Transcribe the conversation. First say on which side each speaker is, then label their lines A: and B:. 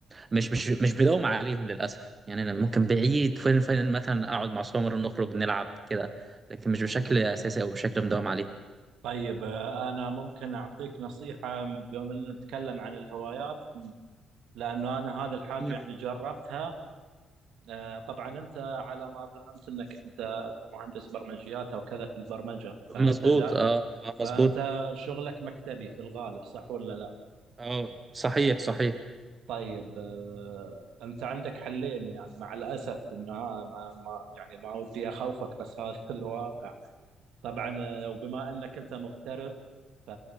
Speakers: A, on the right (about 30°); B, on the right (about 80°).
A: مش مش مش بداوم عليهم للاسف يعني انا ممكن بعيد فين فين مثلا اقعد مع سمر نخرج نلعب كده لكن مش بشكل اساسي او بشكل مداوم عليه
B: طيب آه، انا ممكن اعطيك نصيحه بما ان نتكلم عن الهوايات لانه انا هذا الحاجه
A: مم.
B: يعني جربتها آه، طبعا انت على ما فهمت انك انت مهندس برمجيات او كذا في البرمجه فانت
A: مظبوط
B: دا
A: اه آه،
B: فانت
A: مظبوط
B: شغلك مكتبي في الغالب صح ولا لا؟
A: اه صحيح صحيح
B: طيب آه، انت عندك حلين يعني مع الاسف انه آه، ما ما- يعني ما ودي اخوفك بس <laughs> هذا الواقع طبعا آه، وبما انك انت مغترب ف-